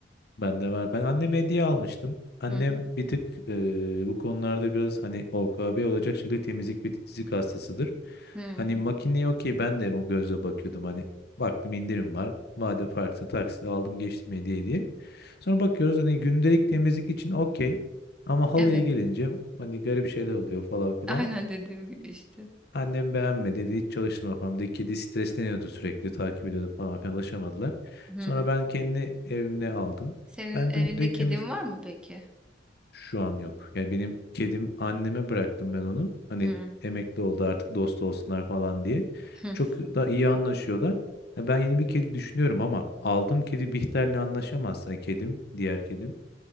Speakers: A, on the left; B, in the centre.
A: Ben de var. Ben anneme hediye almıştım. Annem
B: Hı hı.
A: bir tık e, bu konularda biraz hani OKB olacak şekilde temizlik ve titizlik hastasıdır.
B: Hı.
A: Hani makineye okey ben de o gözle bakıyordum hani baktım indirim var. Vade farkını taksit aldım geçtim hediye diye. Sonra bakıyoruz hani gündelik temizlik için okey. Ama halıya
B: Evet,
A: gelince hani garip şeyler oluyor falan
B: <laughs>
A: filan.
B: aynen dediğim gibi işte.
A: Annem beğenmedi dedi hiç çalıştırma falan. Bir de kedi stresleniyordu sürekli takip ediyordu falan filan alışamadılar.
B: Hı.
A: Sonra ben kendi evimde aldım.
B: Senin
A: Ben
B: evinde
A: gündelik
B: kedin
A: temizlik
B: var mı peki?
A: şu an yok. Yani benim kedim anneme bıraktım ben onu. Hani
B: Hı.
A: emekli oldu artık dost olsunlar falan diye.
B: Hı.
A: Çok da iyi anlaşıyorlar. Ya ben yeni bir kedi düşünüyorum ama aldığım kedi Bihter'le anlaşamazsa kedim, diğer kedim